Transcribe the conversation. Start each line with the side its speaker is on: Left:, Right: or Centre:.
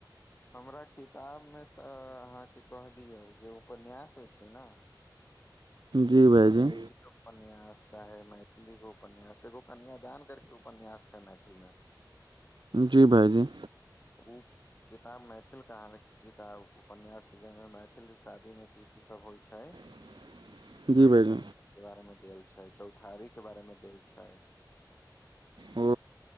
Left: हमरा किताब मे तऽ अहाँके कह दियौ जे उपन्यास होइ छै ने
Right: जी भाइजी
Left: अंग्रेजी उपन्यास चाहे मैथिली ग उपन्यास एगो कन्याादान करके उपन्यास छै मैथिल में
Right: जी भाइजी
Left: उ किताब मैथिल कहानी किताब उपन्यास मैथिल शादीमे की की सब होइ छै
Right: <inaudible>
Left: घटना
Right: भाइजी
Left: के बारेमे देल छै चौठारी के बारेमे देल छै
Right: ओ